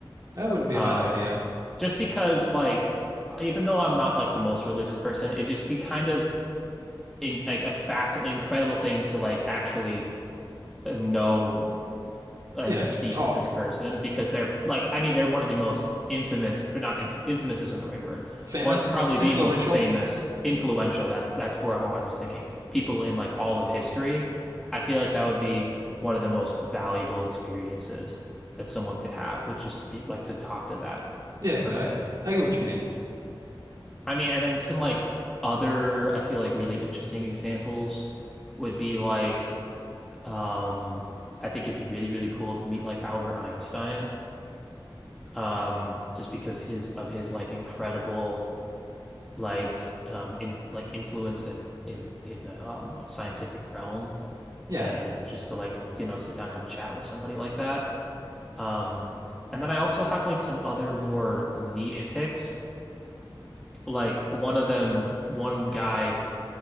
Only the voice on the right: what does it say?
that wouldn't be
a bad idea.
Yeah,
just talk.
Famous,
influential.
Yeah, exactly.
I get what you mean.
Yeah.